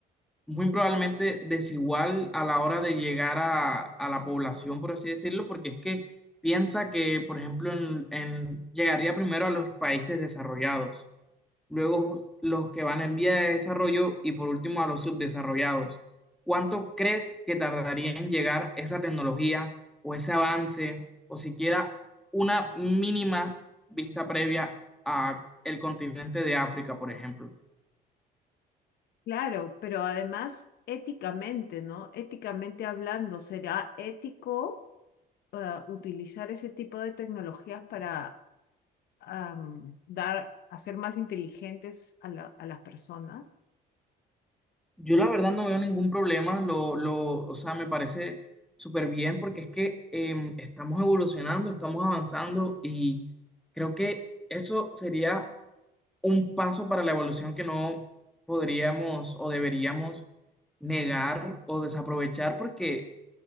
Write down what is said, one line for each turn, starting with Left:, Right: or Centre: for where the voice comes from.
Centre: muy probablemente desigual a la hora de llegar a, a la población, por así decirlo, porque es que piensa que, por ejemplo, en- en- llegaría primero a los países desarrollados, luego los que van en vía de desarrollo y por último a los subdesarrollados. ¿Cuánto crees que tardaría en llegar esa tecnología o ese avance o siquiera una mínima vista previa a el continente de África, por ejemplo?
Left: Claro, pero además éticamente, ¿no? Éticamente hablando, ¿será ético, eh, utilizar ese tipo de tecnologías para am, dar, hacer más inteligentes a la- a las personas
Centre: Yo la verdad no veo ningún problema, lo, lo, o sea, me parece súper bien porque es que em, estamos evolucionando, estamos avanzando y creo que eso sería un paso para la evolución que no podríamos o deberíamos negar o desaprovechar porque